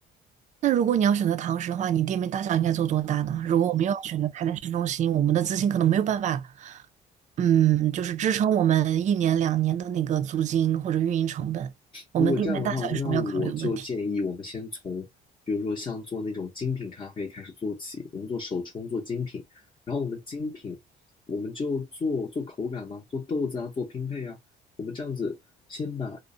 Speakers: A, on the right; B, on the left.
A: 那如果你要选择堂食的话，你店面大小应该做多大呢？如果我们又要选择开在市中心，我们的资金可能没有办法，嗯，就是支撑我们一年两年的那个租金或者运营成本。我们店面大小也是我们要考虑的问题。
B: 如果这样的话，那我就建议我们先从，比如说像做那种精品咖啡开始做起，我们做手冲，做精品，然后我们精品，我们就做做口感嘛，做豆子啊，做拼配啊，我们这样子先把